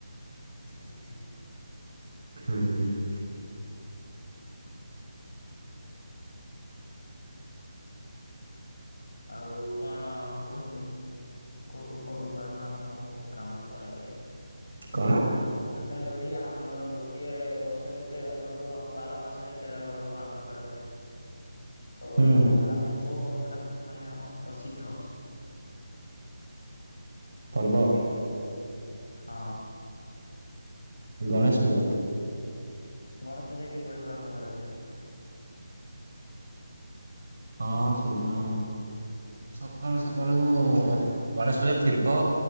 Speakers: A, on the left (about 80°); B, on the right (about 60°).
A: ଓହୋ
B: ହୁଁ।
A: ଆଉ, କଣ କୁହନ୍ତୁ। କୋଉ, କୋଉ, ପର୍ବ ପାଳନ ଆପଣଙ୍କ ଗ୍ରାମରେ କରାଯାଏ?
B: କଣ?
A: ଆମେ ଓଡ଼ିଆ, ଆମର ଗୋଟିଏ ବର୍ଷରେ ତେର ପର୍ବ, ବାର ମାସରେ ତେର ପର୍ବ ପାଳନ କରାଯାଏ, କୋଉ
B: ହୁଁ
A: ଆପଣଙ୍କ ଗ୍ରାମରେ କୋଉ ପର୍ବଟା ମାନେ ପ୍ରସିଦ୍ଧ?
B: ପର୍ବ।
A: ହଁ।
B: ଗଣେଶ ପୂଜା।
A: ଗଣେଶ ପୂଜା କିପରି ପାଳନ କରାଯାଏ?
B: ହଁ, ସେଦିନ ସକାଳୁ ସକାଳୁ ଗଣେଶ ପୂଜା ଥିବ,